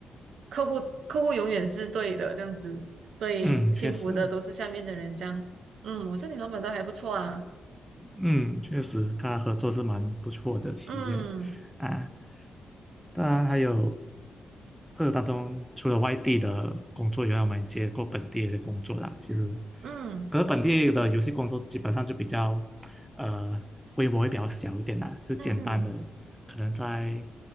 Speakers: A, on the right (about 70°); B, in the centre.
A: 客户客户永远是对的这样子，所以辛苦的都是下面的人这样。
B: 嗯，确实，
A: 嗯，我说你老板都还不错啊。
B: 嗯，确实，跟他合作是蛮不错的体验
A: 嗯
B: 啊。当然，还有过程当中，除了外地的工作以外，我们接过本地的工作啦。其实，
A: 嗯
B: 可是本地的游戏工作基本上就比较，呃，规模会比较小一点啦，就简单的，
A: 嗯
B: 可能在